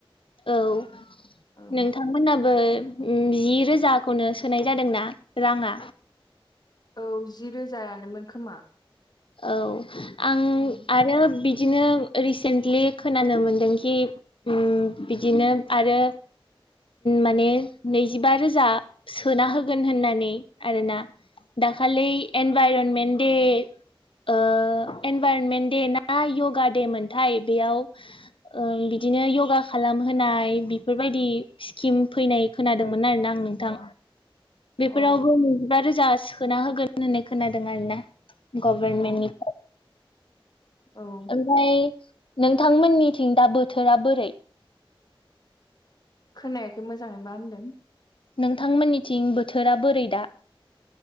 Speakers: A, on the left; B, on the left.
A: औ नोंथां
B: औ
A: नोंथमोनहाबो जि रोजाखौनो सोनाय जादों ना राङा?
B: औ जि रोजायानोमोन खोमा?
A: औ आं
B: औ
A: आरो बिदिनो रिसेन्टलि खोनानो मोनदोंखि उम बिदिनो आरो माने नैजिबा रोजा सोना होगोन होननानै आरोना। दाखालि एनभाइरनमेन्ट दे ओ इनभाइरनमेन्ट दे ना य'गा दे मोनथाय बेयाव बिदिनो य'गा खालामहोनाय बेफोरबायदि स्किम फैनाय खोनादोंमोन आरोना आं नोंथां। बेफोरावबो
B: औ
A: नैजिबा रोजा सोना होगोन होननानै खोनादों आरोना। गभर्नमेन्टनि
B: अ औ
A: ओमफ्राय नोंथांमोननिथिं दा बोथोरा बोरै?
B: खोनायाखै मोजाङै मा होनदों?
A: नोंथांमोननिथिं बोथोरा बोरै दा?